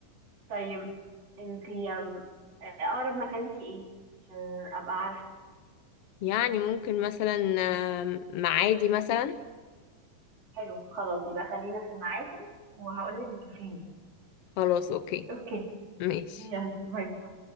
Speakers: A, on the right; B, on the left.
A: طيب انتي آم، آه، اقرب مكان ليكي ايه عشان ابقى عارفة
B: يعني ممكن مثلا آم، معادي مثلا
A: حلو خلاص يبقى خلينا في المعادي وهقولك الكافيه مين.
B: خلاص اوكي
A: اوكي
B: ماشي
A: يلا باي باي